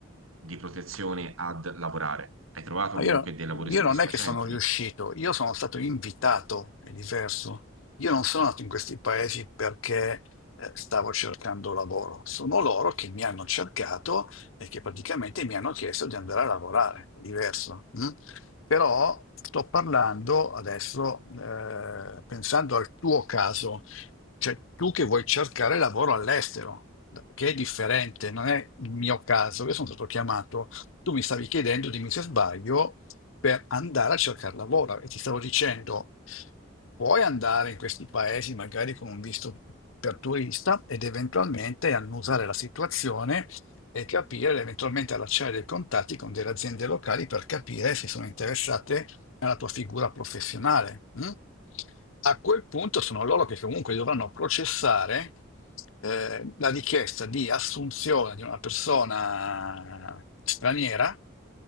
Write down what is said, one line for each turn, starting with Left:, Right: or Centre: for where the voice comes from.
Right: di protezione, ad lavorare? Hai trovato
Left: No,
Right: comunque
Left: Io,
Right: dei lavori
Left: io
Right: soddisfacenti
Left: non è che sono riuscito,
Right: lì?
Left: io sono stato invitato, è diverso. Io non sono nato in questi paesi perché eh, stavo cercando lavoro, sono loro che mi hanno cercato e che praticamente mi hanno chiesto di andare a lavorare, è diverso. mm? Però sto parlando adesso, eh, pensando al tuo caso, cioè tu che vuoi cercare lavoro all'estero, che è differente, non è il mio caso, io sono stato chiamato tu mi stavi chiedendo, dimmi se sbaglio, per andare a cercare lavoro e ti stavo dicendo, puoi andare in questi paesi magari con un visto per turista ed eventualmente annusare la situazione e capire, eventualmente allacciare dei contatti con delle aziende locali per capire se sono interessate nella tua figura professionale. mm? A quel punto sono loro che comunque dovranno processare eh, la richiesta di assunzione di una persona straniera